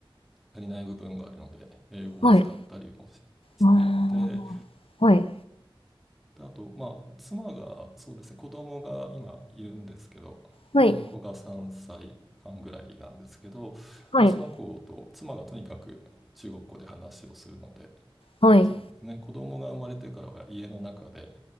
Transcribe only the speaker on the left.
はい。
あーはい。
はい。はい。
はい。